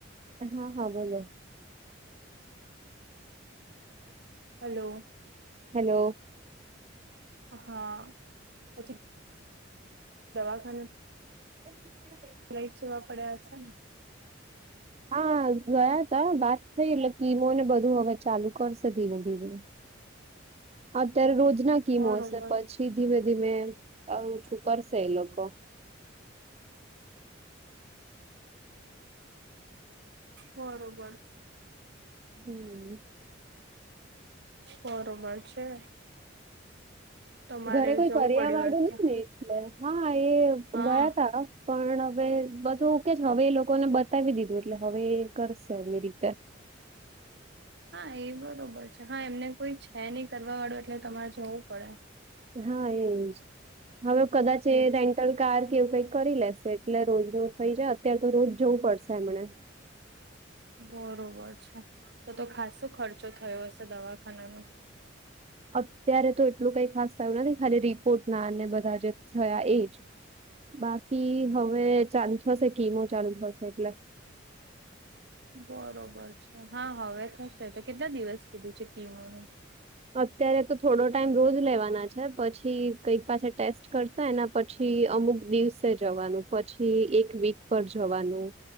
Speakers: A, on the right; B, on the right.
A: હા હા બોલો
B: હલો
A: હેલો
B: હા પછી દવાખાના
A: <inaudible>
B: લઈ જ જોવા પડ્યા હશે ને
A: હા ગયા તા વાત થઈ એટલે કીમોને બધું હવે ચાલુ કરશે ધીમે ધીમે.
B: <inaudible>
A: અત્યારે રોજના કિમો
B: બરોબર
A: હશે પછી ધીમે ધીમે ઓછું કરશે એ લોકો.
B: બરોબર
A: હમ
B: બરોબર છે. તમારે
A: ઘરે કોઈ
B: જવું
A: કર્યા
B: પડ્યું
A: વાળું
B: હશે
A: હય ને એટલે હા એ
B: હા
A: ગયા તા પણ હવે બધું કે છે હવે એ લોકોને બતાવી દીધું એટલે હવે એ કરશે એમની રીતે.
B: હા એ બરોબર છે હા એમને કોઈ છે નહી કરવા વાળુ એટલે તમારે જવું પડે.
A: હા એજ હવે કદાચ
B: લે
A: એ રેન્ટલ કાર કે એવું કઈક કરી લેશે એટલે રોજ ન થઈ જાય અત્યારે તો રોજ જવું પડશે એમને
B: બરોબર છે તો તો ખાસો ખર્ચો થયો હશે દવાખાના ન
A: અત્યારે તો એટલું કઈ ખાસ થયું નથી ખાલી રિપોર્ટ ના અને બધા જે થયા એ જ. બાકી હવે ચાલુ થશે કિમો ચાલુ થશે એટલે
B: બરોબર છે હા હવે થશે તો કેટલા દિવસ કીધું છે કીમોનુ?
A: અત્યારે તો થોડો ટાઈમ રોજ લેવાના છે પછી કઈક પાસે ટેસ્ટ કરશે એના પછી અમુક દિવસે જવાનું પછી એક વીક પર જવાનું